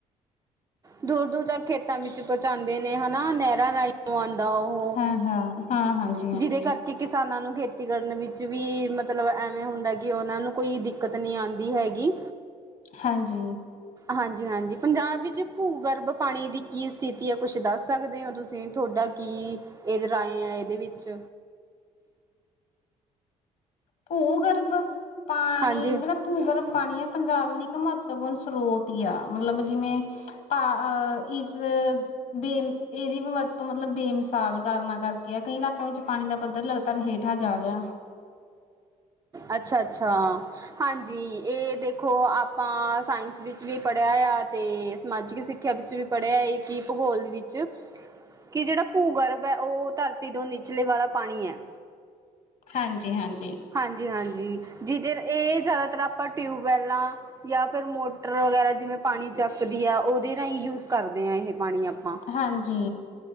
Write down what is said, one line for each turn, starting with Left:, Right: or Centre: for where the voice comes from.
Right: ਦੂਰ ਦੂਰ ਤੱਕ ਖੇਤਾਂ ਵਿੱਚ ਪਹੁੰਚਾਉਂਦੇ ਨੇ ਹਨਾ ਨਹਿਰਾਂ ਰਾਹੀਂ ਆਉਂਦਾ ਉਹ
Left: ਹਾਂ-ਹਾਂ। ਹਾਂ ਹਾਂਜੀ-ਹਾਂਜੀ,
Right: ਜਿਹਦੇ ਕਰਕੇ
Left: ਹਾਂਜੀ।
Right: ਕਿਸਾਨਾਂ ਨੂੰ ਖੇਤੀ ਕਰਨ ਵਿੱਚ ਵੀ ਮਤਲਬ ਐਵੇਂ ਹੁੰਦਾ ਕਿ ਉਹਨਾਂ ਨੂੰ ਕੋਈ ਦਿੱਕਤ ਨਹੀਂ ਆਉਂਦੀ ਹੈਗੀ
Left: ਹਾਂਜੀ
Right: ਹਾਂਜੀ ਹਾਂਜੀ ਪੰਜਾਬ ਵਿੱਚ ਭੂਗਰਭ ਪਾਣੀ ਦੀ ਕੀ ਸਥਿਤੀ ਹੈ ਕੁਛ ਦੱਸ ਸਕਦੇ ਹੋ ਤੁਸੀਂ ਤੁਹਾਡਾ ਕੀ ਇਹਦੇ ਰਾਏ ਆ ਇਹਦੇ ਵਿੱਚ
Left: ਭੂਗਰਭ ਪਾਣੀ
Right: ਹਾਂਜੀ
Left: ਜਿਹੜਾ ਭੂਗਰਭ ਪਾਣੀ ਆ ਪੰਜਾਬ ਲਈ ਇੱਕ ਮਹੱਤਵਪੂਰਨ ਸਰੋਤ ਆ ਮਤਲਬ ਜਿਵੇਂ ਤਾਂ ਇਸ ਬੇਮ ਇਹਦੀ ਵਰਤੋਂ ਮਤਲਬ ਬੇਮਿਸਾਲ ਕਾਰਨਾਂ ਕਰਕੇ ਕਿਹਾ ਕਈ ਇਲਾਕਿਆਂ ਵਿੱਚ ਪਾਣੀ ਦਾ ਪੱਧਰ ਲਗਾਤਾਰ ਹੇਠਾਂ ਜਾ ਰਿਹਾ
Right: ਅੱਛਾ ਅੱਛਾ ਹਾਂਜੀ ਇਹ ਦੇਖੋ ਆਪਾਂ ਸਾਇੰਸ ਵਿੱਚ ਵੀ ਪੜ੍ਹਿਆ ਆ ਅਤੇ ਸਮਾਜਿਕ ਸਿੱਖ ਸਿੱਖਿਆ ਵਿੱਚ ਵੀ ਪੜ੍ਹਿਆ ਹੈ ਕਿ ਭੂਗੋਲ ਵਿੱਚ ਕਿ ਜਿਹੜਾ ਭੂਗਰਭ ਹੈ ਉਹ ਧਰਤੀ ਤੋਂ ਨਿਚਲੇ ਵਾਲਾ ਪਾਣੀ ਹੈ
Left: ਹਾਂਜੀ ਹਾਂਜੀ
Right: ਹਾਂਜੀ ਹਾਂਜੀ ਜਿਹਦੇ ਇਹ ਜ਼ਿਆਦਾਤਰ ਆਪਾਂ ਟਿਊਬਵੈੱਲਾਂ ਜਾਂ ਫਿਰ ਮੋ ਮੋਟਰ ਵਗੈਰਾ ਜਿਵੇਂ ਪਾਣੀ ਚੱਕਦੀ ਹੈ ਉਹਦੇ ਰਾਹੀਂ ਯੂਜ਼ ਕਰਦੇ ਹਾਂ ਇਹ ਪਾਣੀ ਆਪਾਂ
Left: ਹਾਂਜੀ